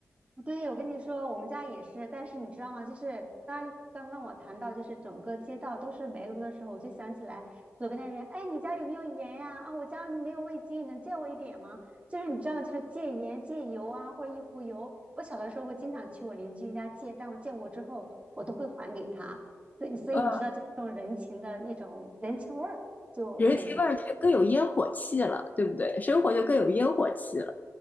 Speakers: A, on the right; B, on the left.
A: 对，我跟你说，我们家也是，但是你知道吗？就是当刚刚我谈到就是整个街道都是煤炉的时候，我就想起来左边的人，哎，你家有没有盐呀？啊，我家没有味精，能借我一点吗？就是你知道吗？就是借盐、借油啊，或者一壶油。我小的时候会经常去我邻居家借，但我借过之后，我都会还给他。所以，所以你知道这种人情的那种人情味儿就很浓。
B: 呃，人情味儿却更有烟火气了，对不对？生活就更有烟火气了。